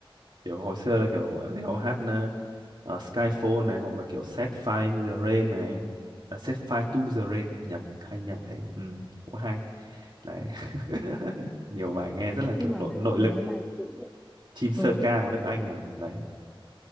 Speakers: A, on the right; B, in the centre.
A: kiểu hồi xưa là kiểu ở đèo hát ờ, ờ, Skyfall này hoặc là kiểu Set Fire in the Rain này à, Set Fire to the Rain nhầm hay nhầm thế ừ. cũng hay đấy <laughs> nhiều bài nghe rất là kiểu
B: nhưng mà
A: nội
B: đấy
A: nội
B: là
A: lực
B: mấy bài cũ
A: chim sơn
B: ừ,
A: ca của nước Anh mà đấy